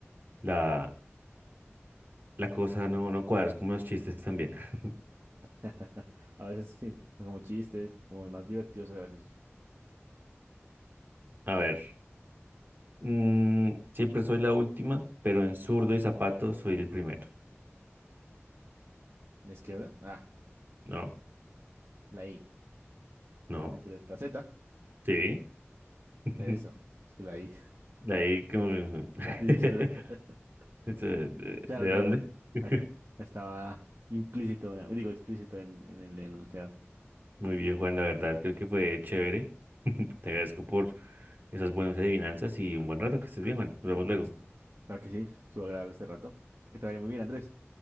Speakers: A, on the right; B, on the right.
A: la, la cosa no, no cuadra, es como los chistes también. <laughs>
B: <laughs> A veces sí, como chistes, como más divertidos o graciosos.
A: A ver, mm, siempre soy la última, pero en zurdo y zapato soy el primero.
B: ¿De izquierda? Ah,
A: No,
B: la I.
A: no,
B: No, Mentiras, la Z.
A: sí. <laughs>
B: Eso, es que la I.
A: De ahí como...
B: <laughs>
A: que-
B: De izquierda.
A: <laughs>
B: <laughs>
A: Eso, ¿De
B: Claro,
A: de
B: claro.
A: dónde? <laughs>
B: Es- Estaba implícito, eh, digo explícito en, en el enunciado.
A: Muy bien, Juan, la verdad creo que fue chévere. <laughs> Te agradezco por esas buenas adivinanzas y un buen rato, que estés bien, Juan. Nos vemos luego.
B: Est- Claro que sí, estuvo agradable este rato. Que te vaya muy bien, Andrés.